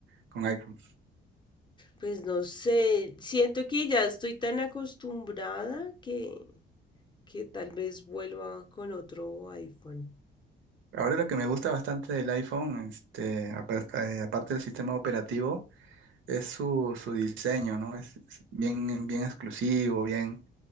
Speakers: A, on the right (about 75°); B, on the left (about 25°).
A: con iPhone?
B: Pues no sé, siento que ya estoy tan acostumbrada que, que tal vez vuelva con otro iPhone.
A: Ahora lo que me gusta bastante del iPhone, este, apa- eh, aparte del sistema operativo, es su, su diseño, ¿no? Es es bien, bien exclusivo, bien,